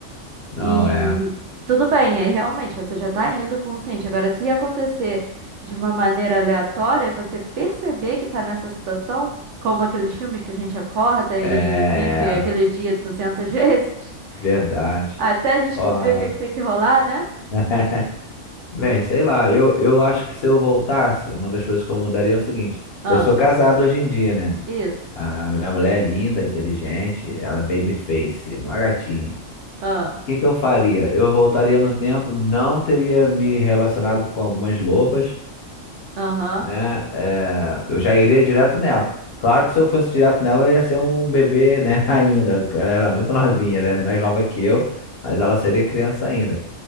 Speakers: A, on the left; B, on the right.
A: Não,
B: E
A: é.
B: tudo bem, aí realmente você já tá indo consciente. Agora, se acontecer de uma maneira aleatória e você perceber que tá nessa situação, como aqueles filmes que a gente acorda
A: É.
B: e vive aquele dia 200 vezes, <laughs>
A: Verdade.
B: até descobrir
A: Ó.
B: o que que tem que rolar, né?
A: <laughs> Bem, sei lá, eu, eu acho que se eu voltasse, uma das coisas que eu mudaria é o seguinte:
B: Ah.
A: eu sou casado hoje em dia, né?
B: Isso.
A: A minha mulher é linda, inteligente, ela é babyface, uma gatinha. O
B: Ah,
A: que que eu faria? Eu voltaria no tempo, não teria me relacionado com algumas lobas,
B: Aham.
A: né? É, eu já iria direto nela. Claro que se eu fosse direto nela, ela ia ser um bebê, né? <laughs> Ainda. Ela era muito novinha, ela é mais nova que eu, mas ela seria criança ainda,